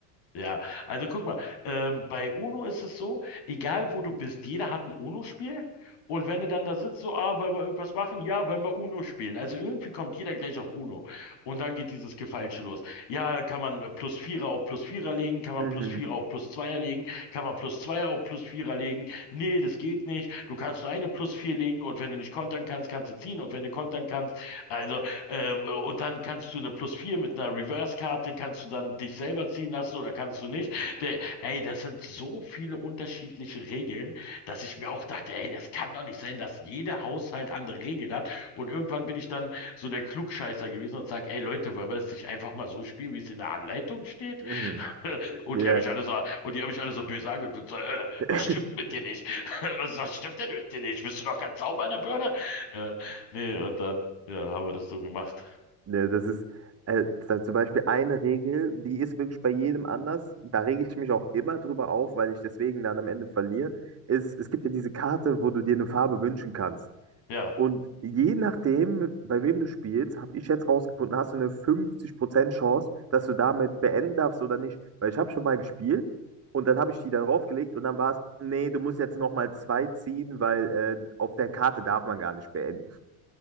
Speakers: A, on the left; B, on the right.
A: Ja, also guck mal, ähm, bei UNO ist es so, egal wo du bist, jeder hat ein UNO-Spiel. Und wenn du dann da sitzt, so, ah, wollen wir irgendwas machen? Ja, wollen wir UNO spielen. Also irgendwie kommt jeder gleich auf UNO. Und dann geht dieses Gefeilsche los. Ja, kann man äh, plus Vierer auf plus Vierer legen? Kann man
B: Mhm.
A: plus Vierer auf plus Zweier legen? Kann man plus Zweier auf plus Vierer legen? Nee, das geht nicht. Du kannst nur eine plus Vier legen. Und wenn du nicht kontern kannst, kannst du ziehen. Und wenn du kontern kannst, also, ähm, und dann kannst du eine Plus 4 mit einer Reverse-Karte, kannst du dann dich selber ziehen lassen oder kannst du nicht. Der, ey, das sind so viele unterschiedliche Regeln, dass ich mir auch dachte, ey, das kann doch nicht sein, dass jeder Haushalt andere Regeln hat. Und irgendwann bin ich dann so der Klugscheißer gewesen und sage, ey Leute, wollen wir das nicht einfach mal so spielen, wie es in der Anleitung steht?
B: Mhm.
A: <laughs> Und
B: Ja.
A: die haben mich alle so, und die haben mich alle so böse angeguckt, so, äh,
B: <laughs>
A: was stimmt mit dir nicht? <laughs> Was, was stimmt denn mit dir nicht? Bist du noch ganz sauber in der Birne? Ja, nee, und dann, ja, haben wir das so gemacht.
B: Ne, das ist äh, z- zum Beispiel eine Regel, die ist wirklich bei jedem anders. Da rege ich mich auch immer drüber auf, weil ich deswegen dann am Ende verliere. Ist, es gibt ja diese Karte, wo du dir eine Farbe wünschen kannst.
A: Ja.
B: Und je nachdem, bei wem du spielst, habe ich jetzt rausgefunden, hast du eine 50% Chance, dass du damit beenden darfst oder nicht. Weil ich habe schon mal gespielt und dann habe ich die da draufgelegt und dann war es, nee, du musst jetzt nochmal zwei ziehen, weil äh, auf der Karte darf man gar nicht beenden.